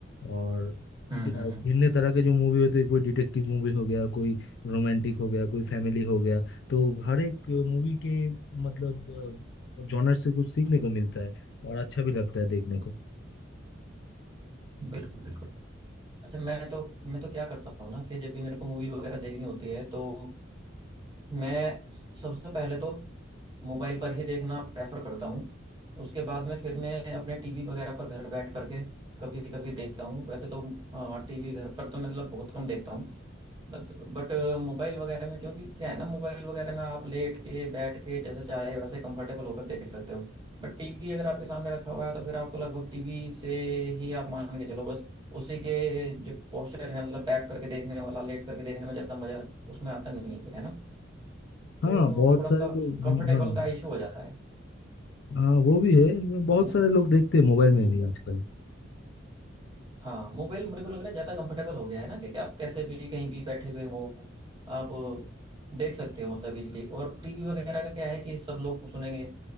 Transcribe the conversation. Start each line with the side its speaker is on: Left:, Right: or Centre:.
Left: और
Right: हम्म
Left: ब-
Right: हम्म हम्म।
Left: भिन्न तरह के जो मूवी होते हैं कोई डिटेक्टिव मूवी हो गया कोई रोमांटिक हो गया कोई फैमिली हो गया तो हर एक मूवी के मतलब जॉनर से कुछ सीखने को मिलता है और अच्छा भी लगता है देखने को
Right: बिल्कुल बिल्कुल अच्छा मैं तो मैं तो क्या करता हूँ ना कि जब भी मेरे को मूवी वगैरह देखनी होती है तो मैं सबसे पहले तो मोबाइल पर ही देखना प्रेफर करता हूँ उसके बाद में फिर मैं अपने टीवी वगैरह पर घर बैठ करके कभी कभी देखता हूँ वैसे तो टीवी घर पर तो मतलब बहुत कम देखता हूँ बट बट मोबाइल वगैरह में क्योंकि क्या है ना मोबाइल वगैरह में आप लेट के बैठ के जैसे चाहे वैसे कंफर्टेबल होकर देख सकते हो बट टीवी अगर आपके सामने रखा हुआ है तो फिर आपको लगभग टीवी से ही आप मान के चलो बस उसी के जो पोस्चर है मतलब बैठ करके देखने वाला लेट करके देखने में ज्यादा मजा उसमें आता नहीं है फिर है ना तो
Left: हाँ बहुत
Right: थोड़ा
Left: सारे
Right: सा
Left: तो
Right: कंफर्टेबल
Left: हाँ
Right: का इशू हो जाता है
Left: हाँ वो भी है इनमें बहुत
Right: है ना
Left: सारे लोग देखते हैं मोबाइल में
Right: हम्म
Left: भी आजकल
Right: हाँ मोबाइल मेरे को लग रहा है ज़्यादा कंफर्टेबल हो गया है ना कि, कि आप कैसे भी कहीं भी बैठे हुए हो आप देख सकते हो मतलब इजीली और टीवी वगैरह का क्या है कि सब लोग सुनेंगे